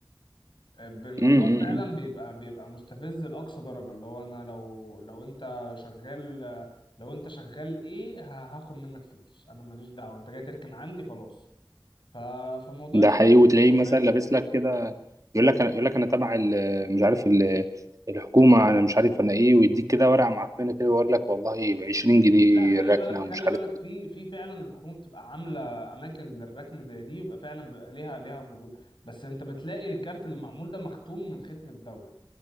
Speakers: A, on the left; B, on the right.
A: بالموضوع
B: امم
A: فعلا بيبقى بيبقى مستفز لأقصى درجة اللي هو انا لو لو انت شغال لو انت شغال ايه ه- هاخد منك فلوس انا ماليش دعوة انت جاي تركن عندي خلاص ف فموضوع
B: ده
A: الس-
B: حقيقي وتلاقيه مثلا
A: فعلا
B: لابس لك كده يقول لك انا يقول لك انا تبع ال- مش عارف ال- الحكومه انا مش عارف انا ايه ويديك كده ورقه معفنه كده ويقول لك والله ب 20 جنيه
A: لا خلي
B: الركنه
A: بالك خلي
B: ومش عارف
A: بالك في في فعلا الحكومة بتبقى عاملة اماكن للركن زي دي يبقى فعلا بيبقى ليها ليها موجود بس انت بتلاقي الكارت اللي معمول ده مختوم من ختم الدولة